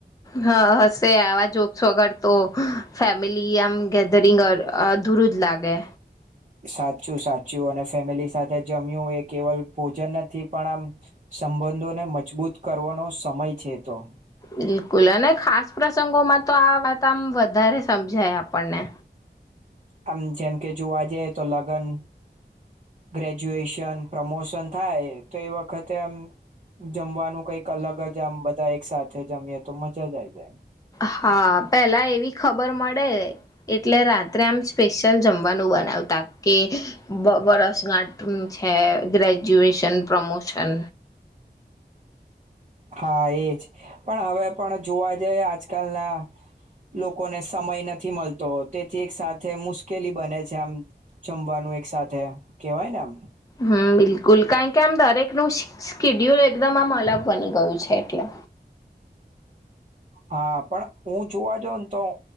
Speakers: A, on the left; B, on the right.
A: હા હશે આવા જોક્સ વગર તો ફેમિલી આમ ગેધરિંગ અધૂરું જ લાગે
B: સાચું સાચું અને ફેમિલી સાથે જમ્યું એ કેવલ ભોજન નથી પણ આમ સંબંધોને મજબૂત કરવાનો સમય છે તો
A: બિલકુલ અને ખાસ પ્રસંગોમાં તો આ વાત આમ વધારે સમજાય આપણને
B: આમ જેમ કે જોવા જઈ તો લગ્ન ગ્રેજ્યુએશન પ્રમોશન થાય તો એ વખતે આમ જમવાનું કંઈક અલગ જ આમ બધા એક સાથે જમીએ તો મજા જ આઈ જાય
A: હા પેલા એવી ખબર મળે એટલે રાત્રે આમ સ્પેશિયલ જમવાનું બનાવતા કે વરસગાંઠ છે ગ્રેજ્યુએશન પ્રમોશન
B: હા એજ પણ હવે પણ જોવા જઈએ આજકાલના લોકોને સમય નથી મળતો તેથી એક સાથે મુશ્કેલી બને છે આમ જમવાનું એક સાથે કેહેવાય ને આમ
A: હમ બિલકુલ કારણ કે આમ દરેકનું સ્કિડ્યુલ એકદમ આમ અલગ બની ગયું છે એટલે
B: હા પણ હું જોવા જ તો